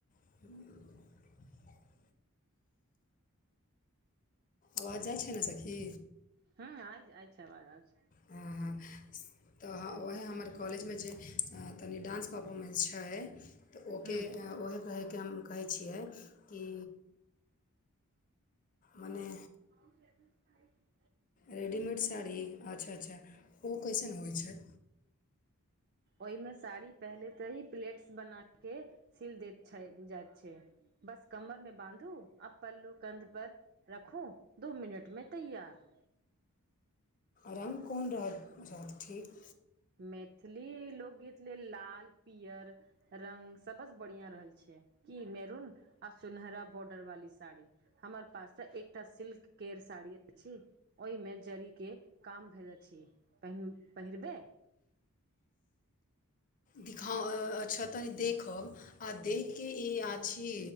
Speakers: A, on the left; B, on the right.
A: <unintelligible> आवाज जाई छै न सखी
B: हँ आइ छ आइ छै आबाज आय छ
A: हँ हँ तऽ उएह हमर कॉलेजमे जे तनि डांस परफॉर्मेंस छै तऽ ओके
B: हूँ
A: उएहे कहैके हम कहै छियै की मने
B: <unintelligible>
A: रेडीमेड साड़ी अच्छा अच्छा ओ कईसन होइ छै
B: ओहिमे साड़ी पहिले तऽ ही प्लेट्स बना के सिल देत छै बुझात छै बस कमरमे बाँधू आ पल्लू कंध पर रखू दो मिनटमें तैयार
A: रंग कोन रह-रहत ठीक?
B: मैथिलि लोकगीत लेल लाल पियर रंग सबस बढ़िया रहल छै कि मेरून आ सुनहरा बॉर्डर वाली साड़ी। हमर पास त एकटा सिल्क केयर साड़ी अछि ओहिमे जड़ीके काम अछि पर पहिरबै।
A: दिखाउ अच्छ तनि देखब आ देख कऽ ई आछी